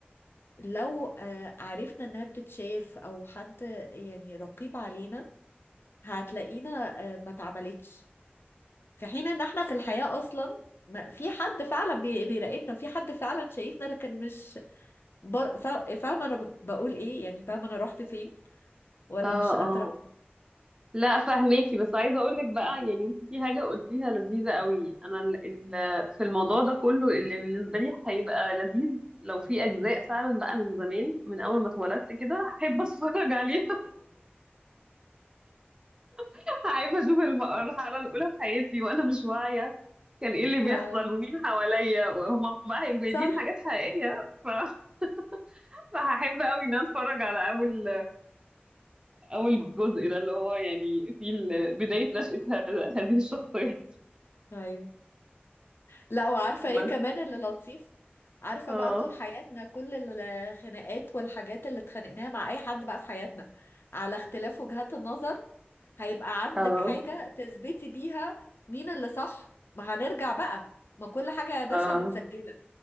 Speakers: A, on the left; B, on the right.
A: لو آه، عرفنا انها بتتشاف او حد يعني رقيب علينا هتلاقينا آه، ما اتعملتش في حين ان احنا في الحياة اصلا ما في حد فعلا بي- بيراقبنا في حد فعلا شايفنا لكن مش بر... فا- فاهمة انا ب- بقول ايه يعني فاهمة انا رحت فين ولا
B: اه
A: مش قادرة
B: اه لا فهميكي بس عايزه اقول لك بقى يعني انت في حاجه قلتيها لذيذه قوي انا ال ال في الموضوع ده كله اللي بالنسبه لي هيبقى لذيذ لو في اجزاء فعلا بقى من زمان من اول ما اتولدت كده هحب اتفرج عليها <laughs> هحب اشوف الم- المرحله الاولى في حياتي وانا مش واعيه كان ايه اللي
A: آه،
B: بيحصل ومين حواليا وهما بقى هيبقوا جايبين
A: صح
B: حاجات حقيقيه ف- <laughs> فهحب قوي ان انا اتفرج على اول اول جزء ده اللي هو يعني في ال- بداية نشأة هذا- <laughs> هذه الشخصية
A: ايوه لا وعارفة
B: بس
A: ايه كمان اللي لطيف عارفة
B: اه
A: بقى طول حياتنا كل الخناقات والحاجات اللي اتخانقناها مع اي حد بقى في حياتنا على اختلاف وجهات النظر هيبقى عندك
B: اه
A: حاجة تثبتي بيها مين اللي صح ما هنرجع بقى ما كل حاجة يا باشا
B: اه
A: متسجلة